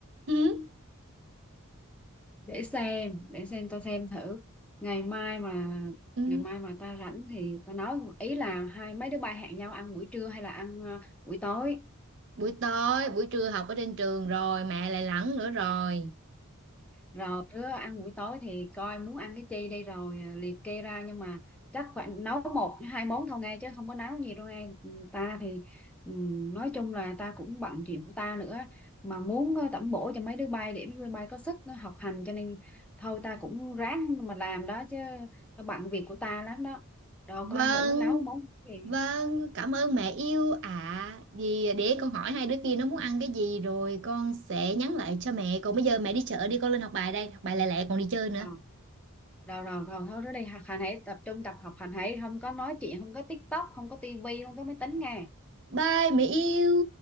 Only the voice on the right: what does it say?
Ừ.
Ừ.
Buổi tối, buổi trưa học ở trên trường rồi, mẹ lại lẳng nữa rồi.
Vâng,
vâng, cảm ơn mẹ yêu ạ. Vì để con hỏi hai đứa kia nó muốn ăn cái gì rồi con sẽ nhắn lại cho mẹ. Còn bây giờ mẹ đi chợ đi con lên học bài đây, học bài lẹ lẹ còn đi chơi nữa.
Bye mẹ yêu.